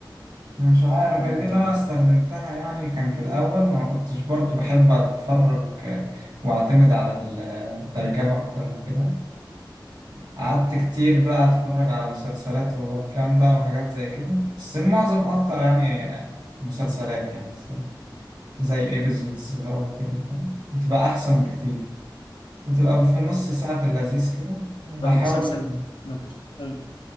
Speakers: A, on the right; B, on the left.
A: مش عارف
B: لو
A: هي
B: أنت
A: دي اللي انا استخدمتها يعني كان في الاول ما كنتش برضو بحب اتفرج آه، واعتمد على الترجمة اكتر وكده قعدت كتير بقى اتفرج على مسلسلات وافلام بقى وحاجات زي كده بس المعظم اكتر يعني آه، مسلسلات يعني الصراحة زي ايبيزودز بقى وكده فاهم؟ بتبقى احسن بكتير بتبقى في نص ساعة في اللذيذ كده بحاول
B: ده مسلسل ده مسلسل